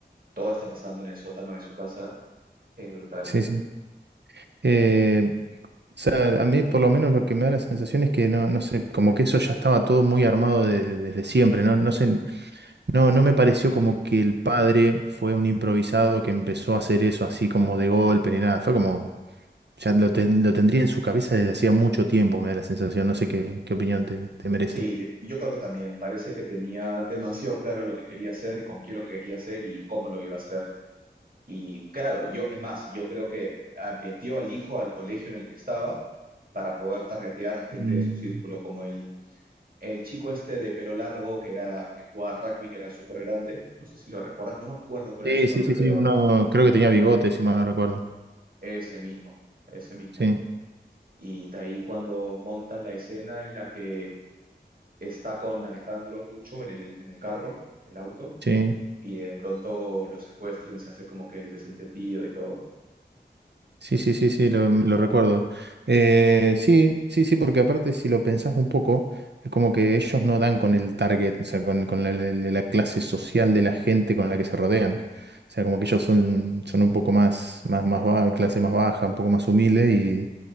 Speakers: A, on the right (about 55°); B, on the right (about 75°).
A: todo está pasando en el sótano de su casa, es brutal.
B: Sí, sí. Eh, o sea, a mí por lo menos lo que me da la sensación es que no, no sé, como que eso ya estaba todo muy armado de- desde siempre, ¿no? No sé, No, no me pareció como que el padre fue un improvisado que empezó a hacer eso así como de golpe ni nada. Fue como, ya lo, ten- lo tendría en su cabeza desde hacía mucho tiempo, me da la sensación. No sé qué, qué opinión te, te merece.
A: Sí, yo, yo creo que también parece que tenía demasiado claro lo que quería hacer y con quién lo quería hacer y cómo lo iba a hacer. Y claro, yo, es más, yo creo que ah, metió al hijo al colegio en el que estaba para poder targetear a gente
B: Mm,
A: de su círculo como él El chico este de pelo largo que era, que jugaba rugby, que era súper grande, no sé si lo recuerdas, no me acuerdo cuál
B: Sí,
A: era su
B: sí,
A: nombre,
B: sí,
A: pero
B: sí. Uno creo que tenía bigotes si mal no recuerdo.
A: ese mismo, ese mismo.
B: Sí,
A: Y de ahí cuando montan la escena en la que está con Alejandro Pucho en el, en el carro, el auto,
B: sí.
A: y de pronto lo secuestran y se hace como que el desentendido y todo.
B: Sí, sí, sí, sí, lo, lo recuerdo. Eh, sí, sí, sí, porque aparte si lo pensás un poco, es como que ellos no dan con el target, o sea, con, con la, la- la clase social de la gente con la que se rodean. O sea, como que ellos son, son un poco más, más, más ba- clase más baja, un poco más humilde y